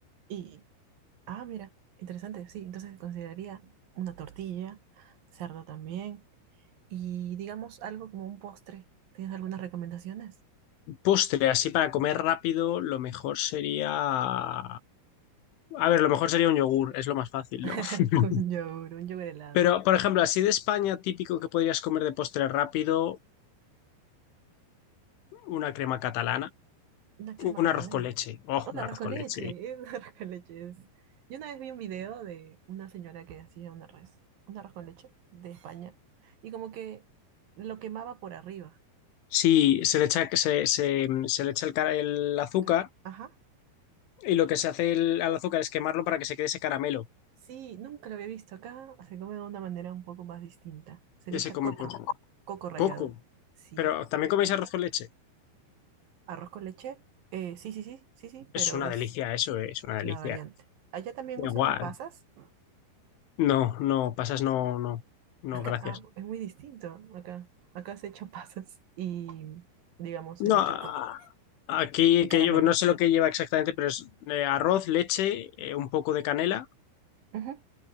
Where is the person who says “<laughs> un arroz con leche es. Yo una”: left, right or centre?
Right